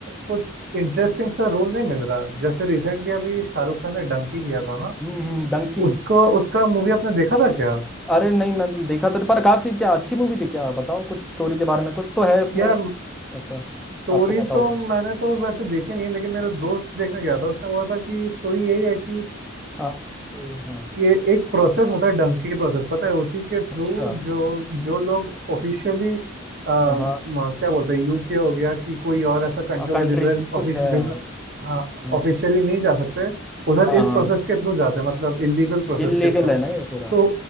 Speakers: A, on the right (about 50°); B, in the centre.
A: कुछ इंटरेस्टिंग सा रोल नहीं मिल रहा जैसे रिसेंटली अभी शाहरुख खान ने डंकी किया था ना
B: हम्म हम्म डंकी
A: उसको उसका मूवी आपने देखा था क्या
B: अरे नहीं मैंने तो देखा तो पर काफी क्या अच्छी मूवी थी क्या बताओ कुछ स्टोरी के बारे में कुछ तो है उसमें
A: यार स्टोरी
B: ऐसा आपको पता
A: तो
B: हो तो
A: मैंने तो वैसे देखी नहीं है लेकिन मेरा दोस्त देखने गया था उसने बोला था कि स्टोरी यही है कि
B: हाँ ऐसे- हाँ
A: ये एक प्रोसेस होता है डंकी प्रोसेस पता है उसी के थ्रू
B: अच्छा
A: जो जो लोग ऑफिशियली क्या
B: हाँ हाँ
A: बोलते हैं यूके हो गया कि कोई और ऐसा कंट्री होगा
B: कंट्री
A: जिधर
B: से कुछ
A: ऑफिश
B: है हाँ
A: बिन हाँ
B: हाँ
A: ऑफिशियली नहीं जा सकते उधर
B: हाँ
A: इस
B: हाँ,
A: प्रोसेस के थ्रू जाते हैं मतलब इलीगल प्रोसेस
B: इलीगल
A: के थ्रू
B: है ना ये पूरा
A: तो